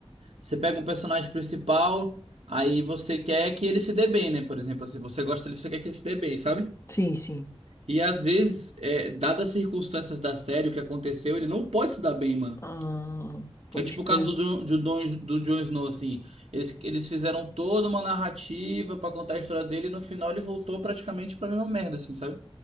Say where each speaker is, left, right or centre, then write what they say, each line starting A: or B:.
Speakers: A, on the right (about 75°); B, on the left (about 25°).
A: você pega um personagem principal, aí você quer que ele se dê bem, né? Por exemplo, se você gosta dele, você quer que ele se dê bem, sabe?
B: sim, sim.
A: E às vezes, é, dadas as circunstâncias da série, o que aconteceu, ele não pode se dar bem, mano.
B: Ah, pode
A: Que é tipo o
B: crer.
A: caso
B: <laughs>
A: do, Jon- do, Don- do Jon Snow, assim. Eles, eles fizeram toda uma narrativa pra contar a história dele e no final ele voltou praticamente pra mesma merda, assim, sabe?